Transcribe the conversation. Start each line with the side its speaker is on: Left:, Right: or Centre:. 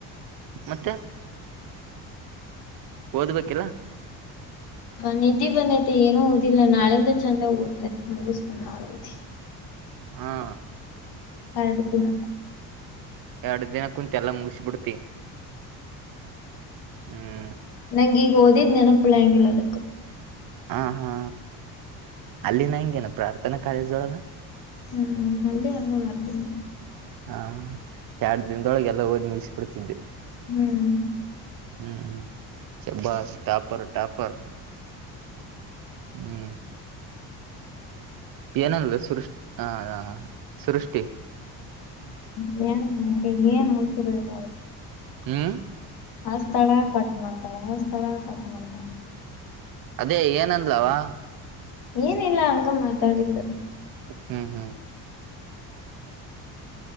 Right: ಮತ್ತೆ ಓದ್ಬೇಕಿಲ್ಲ
Left: ನಿದ್ದಿ ಬಂದೈತಿ ಏನುೂ ಓದಿಲ್ಲ ನಾಳಿಂದ ಚೆಂದಾಗ ಓದ್ತಾನೆ ಮುಗಸ್ಳ ಓದಿಲ್ಲ
Right: ಹಾ
Left: ಎರಡು ದಿನ
Right: ಎರಡು ದಿನ ಕುಂತ್ ಎಲ್ಲಾ ಮುಗಸ ಬಿಡ್ತಿ ಹ್ಮ್
Left: ನಂಗ ಈಗ ಓದಿದ್ ನೆನಪುಳ ಹಂಗಿಲ್ಲ ಅದ
Right: ಹ ಹಾ ಅಲ್ಲಿ ನ ಹೆಂಗೆನ ಪ್ರಾರ್ಥನಾ ಕಾಲೇಜೊಳಗ
Left: ಹ್ಮ ನಂಡೇ ಅಮ್ಮ ಮಾಡ್ತೀನಿ
Right: ಹಾ ಎರಡು ದಿನದೊಳಗೆ ಎಲ್ಲ ಹಓದ್ ಮುಗಿಸಿ ಬಿಡ್ತಿದ್ದೆ
Left: ಹ್ಮ್
Right: ಹ್ಮ್ ಹ್ಮ್ ಬಸ್ ಟಾಪರ್ ಟಾಪರ್ <inaudible> ಹ್ಮ್ ಏನಲ್ಲ ಸುೃಷ ಹ ಸೃಷ್ಟಿ
Left: ಹ ನಮಗೆ ಏನ್ ಹತರದಿಲ್ಲ
Right: ಹ್ಮ್
Left: ಆ ಸ್ಥಳ ಪಾಠು ಮಾಡ್ತಾನ ಆ ಸ್ಥಳ ಪಾಠು ಮಾಡ್ತಾನ
Right: ಅದೇ ಏನಂದ್ಲವಾ
Left: ಏನಿಲ್ಲ ಆಂಗ ಮಾತಾದಿಡ್ಲು
Right: ಹ್ಮ್ ಹ್ಮ್